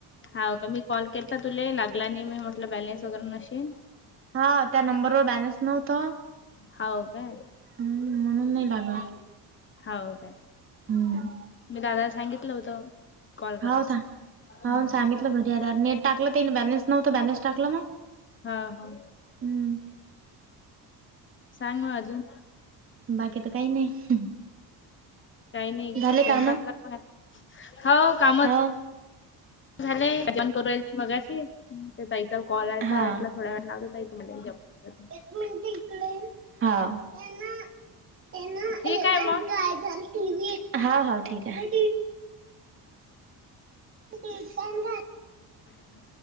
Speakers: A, on the left; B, on the right.
A: हाव का मी कॉल केलता तुले, लागला नाही मी म्हटलं बॅलेन्स वगैरे नशीन.
B: हा त्या नंबरवर बॅलन्स नव्हतं.
A: हाव काय.
B: हम्म म्हणून नाही लागला.
A: हाव काय.
B: हम्म.
A: मी दादाला सांगितलं होतं. कॉल
B: हाव
A: करायच
B: का, हाव
A: हम्म
B: सांगीतल घरी आल्यावर, नेट टाकलं तेनी बॅलेन्स नवतं बॅलन्स टाकलं मग.
A: हा हा
B: हम्म
A: सांग मग अजून.
B: बाकी तर काही नाही.
A: काही नाही
B: झाले
A: स्वयंपाक
B: काम
A: करत हाय. हाव काम
B: हाव
A: झालंय, जेवन करु राहिलेती मघाशी. त्या ताईचा कॉल आलता
B: हा
A: म्हटलं, थोड्या वेळाने लावते ताई तुम्हाले.
B: एक इकडे ये, हा, ह्यना ह्यना
A: ठीक
B: हे
A: आहे
B: बघ
A: मग.
B: ना काय झाल. टीव्हीत, हा हा ठीक आहे.
A: <inaudible>
B: टीव्हीत पण काय